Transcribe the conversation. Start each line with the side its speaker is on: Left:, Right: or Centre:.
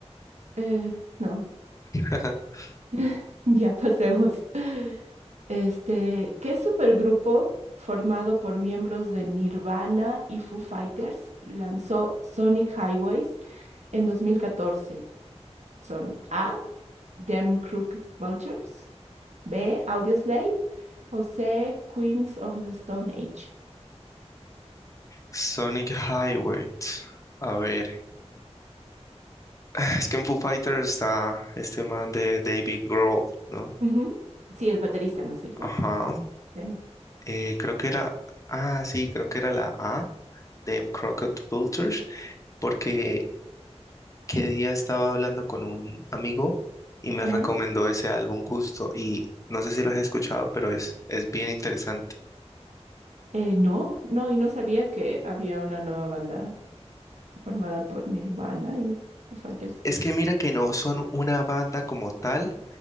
Right: eh, no.
Left: <laughs>
Right: <laughs> Ya pasemos. Este, ¿qué supergrupo formado por miembros de Nirvana y Foo Fighters lanzó Sonic Highways en 2014? Son A, Them Crooked Vultures, B, Audioslave o C, Queens of the Stone Age.
Left: Sonic Highway. A ver, <sighs> es que en Foo Fighters está este man de David Grohl, ¿no?
Right: Ujú. Sí, el baterista, ¿no es cierto?
Left: Ajá.
Right: Sí.
Left: Eh, creo que era, ah, sí, creo que era la A de Crockett Vultures, porque qué día estaba hablando con un amigo y me
Right: Ajá.
Left: recomendó ese álbum justo y no sé si lo has escuchado, pero es, es bien interesante.
Right: Eh, no, no, y no sabía que había una nueva banda formada por Nirvana y Foo Fighters.
Left: Es que mira que no son una banda como tal,